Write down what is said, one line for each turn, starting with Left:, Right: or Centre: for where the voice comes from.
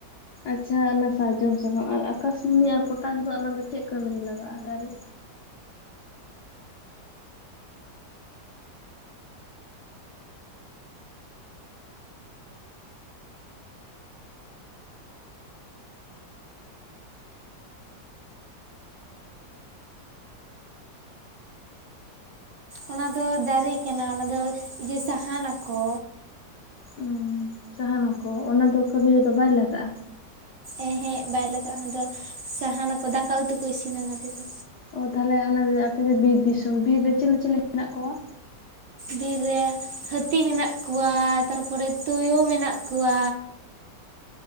Left: ᱟᱪᱪᱷᱟ ᱟᱱᱟ ᱥᱟᱨᱡᱚᱢ ᱥᱟᱠᱟᱢ ᱟᱨ ᱟᱠᱟᱥᱢᱩᱱᱤ ᱟᱨ ᱯᱚᱴᱟᱥ ᱫᱚ ᱚᱱᱟ ᱫᱚ ᱪᱮᱫ ᱠᱟᱹᱢᱤ ᱨᱮ ᱞᱟᱜᱟᱜ-ᱟ, ᱫᱟᱨᱮ?
Right: ᱚᱱᱟ ᱫᱚ ᱫᱟᱨᱮᱹ ᱠᱟᱱᱟ, ᱚᱱᱟ ᱫᱚ ᱤᱭᱟᱹ ᱥᱟᱦᱟᱱᱟ ᱠᱚ,
Left: ᱚ ᱥᱟᱦᱟᱱᱟᱠᱚ, ᱚᱱᱟ ᱫᱚ ᱠᱟᱹᱢᱤ ᱨᱮᱫᱚ ᱵᱟᱭ ᱞᱟᱜᱟᱜ-ᱟ?
Right: ᱮᱸ ᱦᱮᱸᱜ ᱵᱟᱭ ᱞᱟᱜᱟᱜ-ᱟ ᱚᱱᱟ ᱫᱚ, ᱥᱟᱦᱟᱱᱟᱠᱚ, ᱫᱟᱠᱟ ᱩᱛᱩ ᱠᱚ ᱤᱥᱤᱱᱟ ᱚᱱᱟᱛᱮ ᱫᱚ᱾
Left: ᱚ, ᱛᱟᱦᱚᱞᱮ ᱚᱱᱟ ᱡᱮ, ᱟᱯᱮ ᱡᱮ ᱵᱤᱨ ᱫᱤᱥᱚᱢ, ᱵᱤᱨ ᱨᱮ ᱪᱤᱞᱤ ᱪᱤᱞᱤ ᱦᱮᱱᱟᱜ ᱠᱚᱣᱟ?
Right: ᱵᱤᱨ ᱨᱮ ᱦᱟᱹᱛᱤ ᱢᱮᱱᱟᱜ ᱠᱚᱣᱟ, ᱛᱟᱨᱯᱚᱨᱮ ᱛᱳᱭᱳ ᱢᱮᱱᱟᱜ ᱠᱚᱣᱟ,